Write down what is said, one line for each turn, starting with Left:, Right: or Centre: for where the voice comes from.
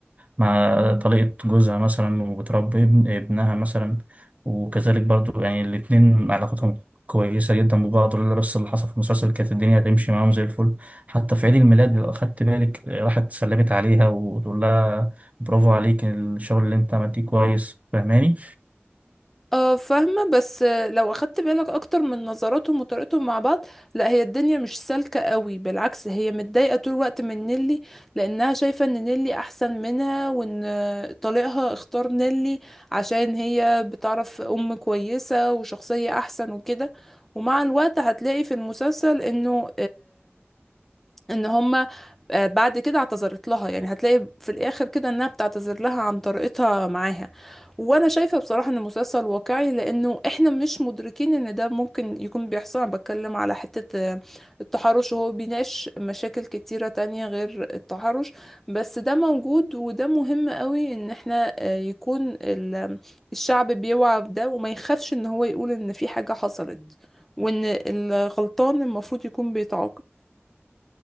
Right: مع طليقة جوزها مثلا وبتربي ابن- ابنها مثلا وكذلك برضه يعني الاتنين علاقتهم كويسة جدا ببعض ولا بس اللي حصل في المسلسل كانت الدنيا هتمشي معاهم زي الفل حتى في عيد الميلاد لو أخدت بالك آه، راحت سلمت عليها وتقول لها برافو عليك الشغل اللي انت عملتيه كويس فاهماني
Centre: اه فاهمة بس لو اخدت بالك اكتر من نظراتهم وطريقتهم مع بعض لا هي الدنيا مش سالكة قوي بالعكس هي متضايقة طول الوقت من نيلي لانها شايفة ان نيلي احسن منها وان طليقها اختار نيلي عشان هي بتعرف ام كويسة وشخصية احسن وكده ومع الوقت هتلاقي في المسلسل انه ان هما آه، بعد كده اعتذرت لها يعني هتلاقي في الاخر كده انها بتعتذر لها عن طريقتها معاها وانا شايفه بصراحه ان المسلسل واقعي لانه احنا مش مدركين ان ده ممكن يكون بيحصل انا بتكلم على حته آه، التحرش وهو بيناقش مشاكل كتيره تانية غير التحرش بس ده موجود وده مهم قوي ان احنا آه، يكون ال- الشعب بيوعى بده وما يخافش ان هو يقول ان في حاجه حصلت وان الغلطان المفروض يكون بيتعاقب